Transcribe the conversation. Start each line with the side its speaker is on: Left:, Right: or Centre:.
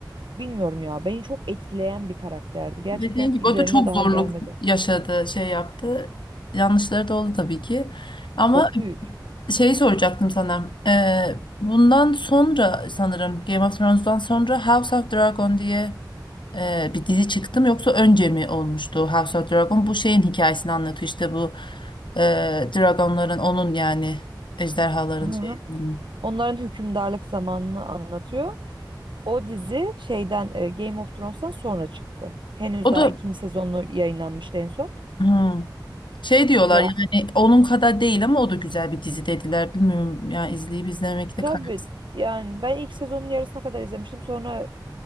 Right: bilmiyorum ya beni çok etkileyen bir karakterdi. Gerçekten
Left: Dediğin gibi
Right: üzerine
Left: o da çok
Right: daha
Left: zorluk
Right: gelmedi.
Left: yaşadı, şey yaptı. Yanlışları da oldu tabii ki. Ama
Right: Çok büyük.
Left: Şey soracaktım sana. Ee, bundan sonra sanırım Game of Thrones'dan sonra House of Dragon diye e, bir dizi çıktı mı yoksa önce mi olmuştu House of Dragon? Bu şeyin hikayesini anlatıyor işte bu e, dragonların onun yani ejderhaların
Right: Hı hı.
Left: şeyinin.
Right: Onların hükümdarlık zamanını anlatıyor. O dizi şeyden e, Game of Thrones'tan sonra çıktı. Henüz
Left: O
Right: daha
Left: da
Right: ikinci sezonu yayınlanmıştı en son.
Left: hmm, şey diyorlar
Right: Ya
Left: yani onun kadar değil ama o da güzel bir dizi dediler. Bilmiyorum yani izleyip izlemekte
Right: Tabii
Left: karar.
Right: yani ben ilk sezonun yarısına kadar izlemiştim. Sonra